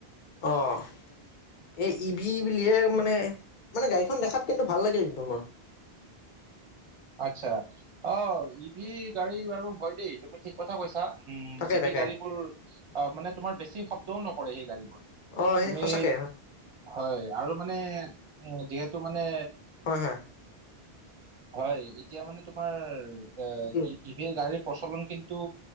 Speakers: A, on the left (about 55°); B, on the right (about 35°).
A: অঁ। এই ইভি বুলিহে মানে, মানে গাড়ীখন দেখাত কিন্তু ভাল লাগিল কিন্তু মোৰ। <inaudible>
B: আচ্ছা অ' ইভি গাড়ী বাৰু হয় দেই! তুমি ঠিক কথা কৈছা। উম'
A: তাকে
B: ই পি
A: তাকে
B: গাড়ীবোৰ অ' মানে তোমাৰ বেছি শব্দও নকৰে সেই গাড়ীবোৰ।
A: অ সেই
B: তুমি,
A: সঁচাকে
B: হয় আৰু মানে উ যিহেতু মানে
A: হয় হয়।
B: হয় এতিয়া মানে তোমাৰ এ্
A: ঠিকেই
B: ই ভি গাড়ীৰ প্ৰচলন কিন্তু